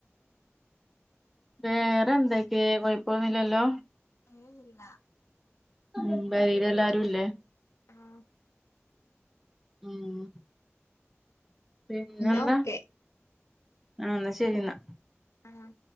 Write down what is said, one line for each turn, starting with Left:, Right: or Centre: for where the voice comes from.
Centre: വേറെ എന്തൊക്കെ കൊഴപ്പൊന്നില്ലല്ലോ
Left: ആഹ് ഇല്ല
Centre: ഉം പെരീല് എല്ലാരും ഇല്ലേ
Left: ആഹ്
Centre: ഉം പിന്നെന്താ
Left: എന്നാ ഓക്കെ
Centre: ആഹ് എന്നാ ശരിന്നാ
Left: ആഹ്